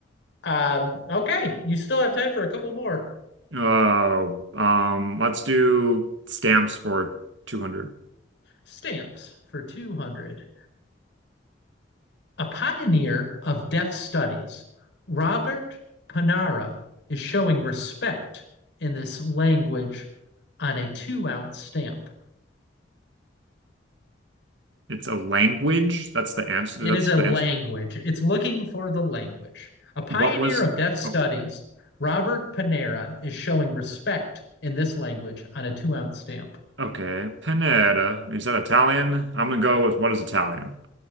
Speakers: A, on the left (about 70°); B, on the right (about 75°).
A: Um, okay, you still have time for a couple more.
B: Oh, um, let's do stamps for 200.
A: Stamps for 200. A pioneer of deaf studies, Robert Panara is showing respect in this language on a two ounce stamp.
B: It's a language. That's the answer.
A: It
B: That's
A: is a
B: the
A: language,
B: answer.
A: it's looking for the language. A pioneer
B: What was,
A: of deaf studies,
B: oh,
A: Robert Panera is showing respect in this language on a two ounce stamp.
B: okay, Pineda. Is that Italian? I'm gonna go with what is Italian? <laughs>